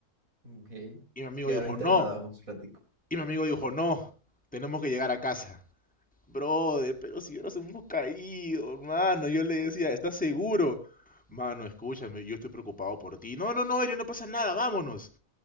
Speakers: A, on the right; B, in the centre.
A: Okay.
B: Y mi amigo
A: Quedaron
B: dijo,
A: internados
B: no,
A: un ratico.
B: y mi amigo dijo, no, tenemos que llegar a casa. Brother, pero si ahora nos hemos caído, hermano. Yo le decía, ¿estás seguro? Mano, escúchame, yo estoy preocupado por ti. No, no, no, Elio, no pasa nada, vámonos.